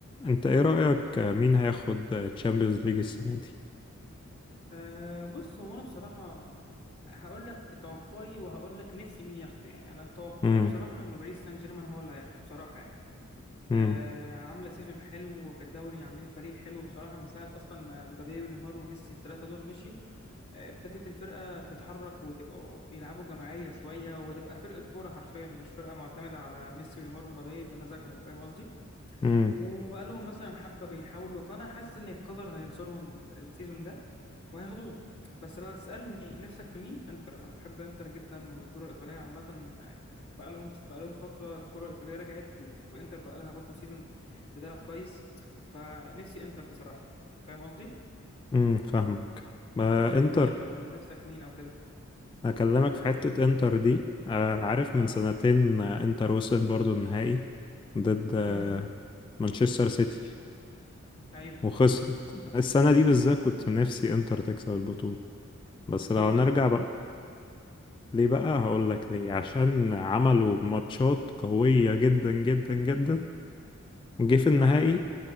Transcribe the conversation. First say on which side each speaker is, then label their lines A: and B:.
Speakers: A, on the left; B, on the left.
A: انت ايه رأيك مين هياخد تشامبيونز ليج السنة دي
B: أه بص هو انا بصراحه هقول لك توقعي وهقول لك نفسي مين ياخده يعني انا توقعي
A: امم
B: بصراحه انه باريس سان جيرمان هو اللي هياخده بصراحه يعني أه
A: امم
B: عامله سيزون حلو في الدوري عاملين فريق حلو بصراحه من ساعه اصلا ما مبابي ونيمار وميسي الثلاثه دول مشيوا آه، ابتدت الفرقه تتحرك وتبقوا يلعبوا جماعيه شويه وتبقى فرقه كوره حرفيا مش فرقه معتمده على ميسي ونيمار ومبابي بمزاجهم فاهم قصدي
A: امم
B: وبقالهم مثلا حبة بيحاولوا فأنا حاسس إن القدر هينصرهم ال- السيزون ده وهياخدوه بس لو هتسألني نفسك في مين انتر أنا بحب انتر جدا والكرة الإيطالية عامة بقالهم بقالهم فترة الكرة الإيطالية رجعت وانتر بقالها برضو سيزون بتلعب كويس فنفسي انتر بصراحة فاهم قصدي؟
A: امم فاهمك ما
B: أنت شايف
A: انتر
B: مين أو نفسك مين أو كده؟
A: هكلمك في حتة انتر دي آه، عارف من
B: أه
A: سنتين آه، انتر وصلت برضو النهائي ضد آه،
B: أمم
A: مانشستر سيتي
B: أيوه
A: وخسرت السنة دي بالذات كنت من نفسي انتر تكسب البطولة بس لو
B: ليه بقى؟
A: نرجع بقى ليه بقى هقول لك ليه عشان عملوا ماتشات قوية جدا جدا جدا جه في النهائي
B: أه